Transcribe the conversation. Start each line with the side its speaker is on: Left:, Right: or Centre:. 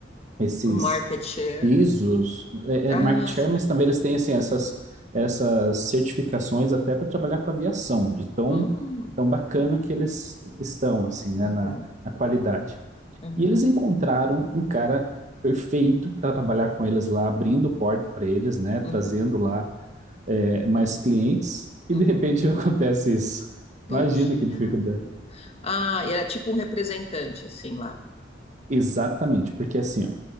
Right: esses
Left: Um market share.
Right: ISOs, é,
Left: Ah,
Right: é market share,
Left: sim.
Right: mas também eles têm assim, essas, essas certificações até para trabalhar com aviação, de tão,
Left: Hum,
Right: tão bacana que eles estão assim, né,
Left: uhum,
Right: na, na qualidade.
Left: uhum,
Right: E eles encontraram um cara perfeito para trabalhar com eles lá, abrindo porta para eles, né,
Left: uhum,
Right: trazendo lá é, mais clientes, e
Left: uhum.
Right: de repente <laughs> acontece isso.
Left: Puxa
Right: Imagina que dificuldade.
Left: vida. Ah, e era tipo um representante, assim, lá.
Right: Exatamente, porque assim, ó,